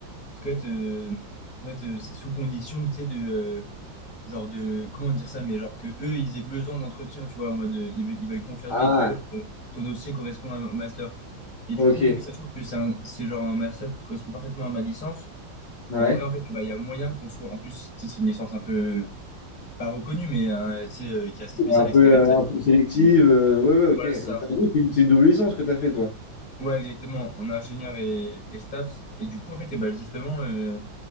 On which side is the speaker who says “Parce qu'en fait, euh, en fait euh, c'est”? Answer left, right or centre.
Left